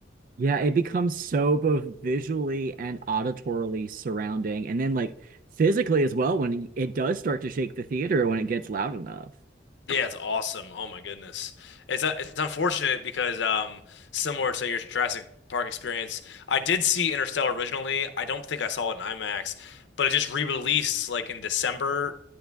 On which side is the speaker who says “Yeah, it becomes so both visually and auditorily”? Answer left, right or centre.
Right